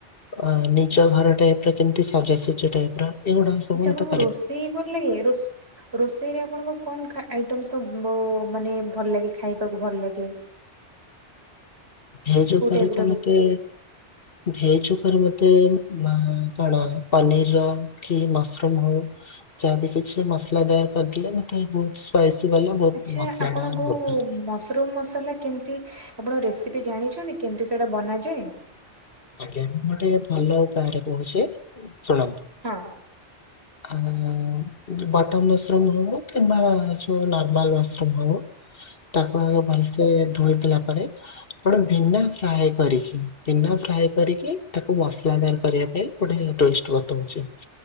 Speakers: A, on the left (about 50°); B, on the right (about 60°).
A: ଅ ନିଜ ଘର ଟାଇପ ର କେମିତି ସାଜାସଜି ଟାଇପ ର ଏଗୁଡା ସବୁ
B: ଆଚ୍ଛା
A: ମତେ
B: ରୋଷେଇ ଭଲ ଲାଗେ? ରୋଷ ରୋଷେଇ ରେ ଆପଣଙ୍କ କଣ ଖା ଆଇଟମ ସବୁ ମାନେ ଭଲ ଲାଗେ ଖାଇବାକୁ ଭଲ ଲାଗେ?
A: ହେଯ
B: କୋଉ
A: ପରେ
B: ଟାଇପ ର
A: ତ
B: ରୋଷେଇ
A: ମତେ
B: ଭଲ ଲାଗେ?
A: ଭେଜ ଉପରେ ମତେ ଆଁ କଣ ପନିରର କି ମସରୁମ ହଉ। ଚାହା ବି କିଛି ମସଲା ଦାର କରିଦଲେ ମତେ ବହୁତ ସ୍ପାଇସି ବାଲା ବହୁତ
B: ଆଚ୍ଛା
A: ମସଲା
B: ଆପଣଙ୍କୁ
A: ଟା ଭଲ।
B: ମସରୁମ ମସଲା କେମିତି ଆପଣ ରେସିପି ଜାଣିଛନ୍ତି କେମିତି ସେଇଟା ବନାଯାଏ?
A: ଆଜ୍ଞା ମୁଁ ଗୋଟେ ଭଲ ଉପାୟରେ କହୁଛି ଶୁଣନ୍ତୁ?
B: ହଁ।
A: ଆଁ ବଟମ ମଶ୍ରୁମ୍ ହଉ କିମ୍ବା ନର୍ମାଲ ମସରୁମ୍ ହଉ।
B: <inaudible>
A: ତାକୁ ଭଲ ସେ ଧୋଇ ଦେଲା ପରେ ଆପଣ ବିନା ଫ୍ରାଏ କରିକି ବିନା ଫ୍ରାଏ କରିକି ତାକୁ ମସଲା ଦାର କରିବା ପାଇଁ ଗୋଟେ ଟେଷ୍ଟ ବତଉଛି।